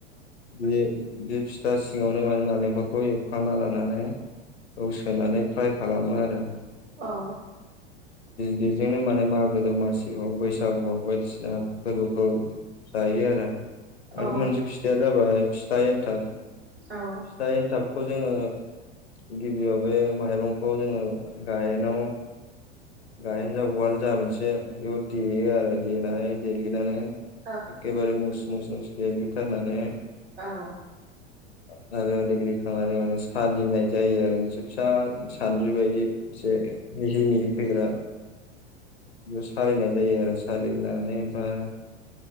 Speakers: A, on the left; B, on the right.
A: बे बे फिथा सिङावनो माने नारेंखलखौ एवखांना लानानै औ सोनानै फ्राय खालामो आरो
B: औ
A: बेजोंनो माने मा दमासि हग बैसागु हग बायदिसिना फोरबोफ्राव जायो आरो
B: औ
A: आरो मोनसे फिथाइया जाबाय फिथा एनथाब फिथाइ
B: औ
A: एन्थाब खौ जोङो गिबियाव बे माइरंखौ जोङो गायेनाव गायेन जा उवाल जा मोनसे बेयाव देयो आरो देनानै देग्लिनानै
B: औ
A: एखेबारे मस मस मस देग्लिथारनानै
B: औ
A: ओ देग्लिखांनानै सालिनाय जायो आरो मोनसे फिसा सान्द्रि बायदि मिहि मिहि फैग्रा बेयाव सालिनाय जायो आरो सालिनानै ओमफ्राय